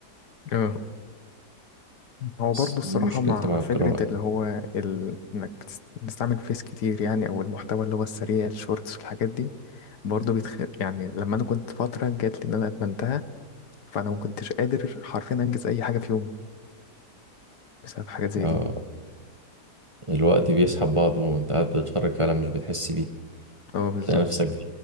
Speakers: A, on the left; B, on the right.
A: اه هو
B: بس
A: برضه الصراحة
B: دي مشكلتي
A: مع
B: مع
A: فكرة
B: القراءه
A: اللي
B: يعني
A: هو ال... إنك بتس- بتستعمل فيس كتير يعني أو المحتوى اللي هو السريع الشورتس والحاجات دي برضه بيتخ... يعني لما أنا كنت فترة جات لي إن أنا أدمنتها فأنا ما كنتش قادر حرفيا أنجز أي حاجة في يومي بسبب حاجات زي
B: آه
A: دي
B: الوقت بيسحب بعضه وانت قاعد بتتفرج فعلا مش بتحس بيه
A: أه بالظبط
B: تلاقي نفسك في